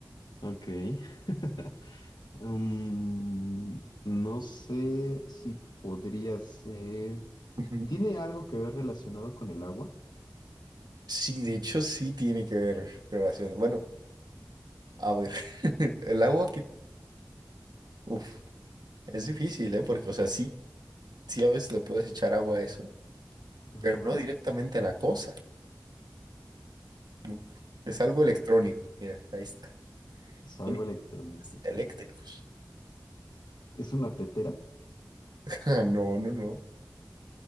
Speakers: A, on the left; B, on the right.
A: Ok. <laughs> Mm, no sé si podría ser.
B: Ujú.
A: ¿Tiene algo que ver relacionado con el agua?
B: Sí, de hecho, sí tiene que ver relación. Bueno, a ver, <laughs> el agua que, uf, es difícil, ¿eh? Porque, o sea, sí, sí a veces le puedes echar agua a eso,
A: Ajá.
B: pero no directamente a la cosa. Mm, Es algo
A: O
B: electrónico. Mira, ahí está.
A: es algo
B: Tiene
A: electrónico.
B: componentes eléctricos. <laughs>
A: ¿Es una tetera?
B: Ah, No, no, no.